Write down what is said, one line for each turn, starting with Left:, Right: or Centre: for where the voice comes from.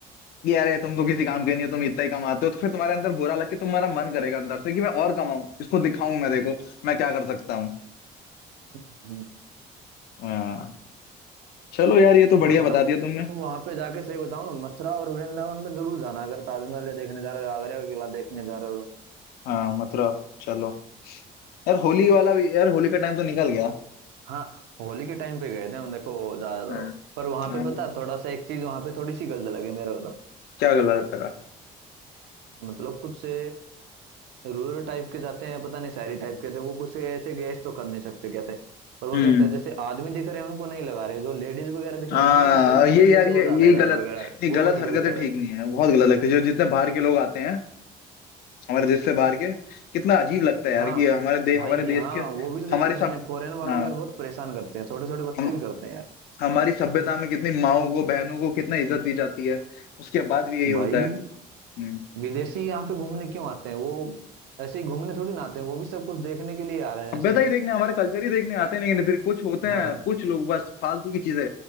Left: कि अरे तुम तो किसी काम के नहीं हो तुम इतना ही कमाते हो तो फिर तुम्हारे अंदर बुरा लग के तुम्हारा मन करेगा अंदर से कि मैं और कमाऊं इसको दिखाऊं मैं देखो मैं क्या कर सकता हूँ
Right: हम्म,
Left: हाँ चलो यार ये तो बढ़िया
Right: भाई
Left: बता
Right: तुम
Left: दिया तुमने
Right: तुम वहां पे जाके सही बताओ ना मथुरा और वृंदावन में जरूर जाना अगर ताजमहल देखने जा रहे हो आगरा का किला देखने जा रहे हो
Left: हाँ मथुरा चलो यार होली वाला भी यार होली का टाइम तो निकल गया
Right: हाँ होली के टाइम पे गए थे हम देखो ज्यादा तो
Left: हाँ
Right: पर वहां
Left: हाँ,
Right: पे पता है थोड़ा सा एक चीज वहां पे थोड़ी सी गलत लगी मेरे को तो।
Left: क्या गला है तेरा
Right: मतलब कुछ से रूरल टाइप के जाते हैं पता नहीं शहरी टाइप के थे वो कुछ से ऐसे गैस तो कर नहीं सकते क्या थे पर वो
Left: हम्म
Right: कहते हैं जैसे आदमी दिख रहे हैं उनको नहीं लगा रहे जो लेडीज वगैरह दिख
Left: हाँ
Right: रही है ना उनको गलत
Left: ये
Right: तरीके
Left: यार
Right: से
Left: ये
Right: वो डाले
Left: ये गलत
Right: रंग वगैरह
Left: नहीं
Right: वो
Left: गलत
Right: बहुत
Left: हरकतें
Right: गलत लगा
Left: ठीक नहीं है बहुत गलत लगती है जो जितने बाहर के लोग आते हैं हमारे देश से बाहर के कितना अजीब लगता है यार
Right: हाँ
Left: कि हमारे दे
Right: भाई
Left: हमारे देश
Right: हाँ
Left: के
Right: वो भी तो देखा
Left: हमारे
Right: तो मैंने
Left: सब
Right: फॉरेन वालों
Left: हाँ
Right: को यार बहुत परेशान करते हैं छोटे छोटे बच्चे
Left: हम
Right: भी करते हैं यार
Left: हमारी सभ्यता में कितनी माओ को बहनों को कितना इज्जत दी जाती है उसके बाद भी यही होता
Right: भाई
Left: है हम्म
Right: विदेशी यहाँ पे घूमने क्यों आते हैं वो ऐसे ही घूमने थोड़ी ना आते हैं वो भी सब कुछ देखने के लिए आ रहे हैं
Left: सभ्यता
Right: ऐसे
Left: ही देखने हमारे कल्चर ही देखने आते हैं लेकिन फिर कुछ होते
Right: हाँ
Left: हैं कुछ लोग बस फालतू की चीजें